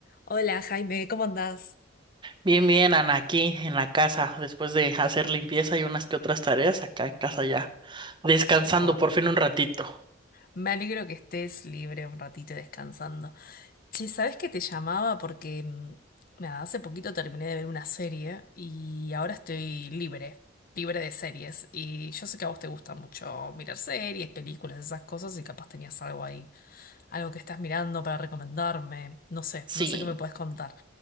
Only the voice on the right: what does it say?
Bien, bien, Ana, aquí en la casa, después de hacer limpieza y unas que otras tareas, acá en casa ya, descansando
por fin un ratito.
Sí,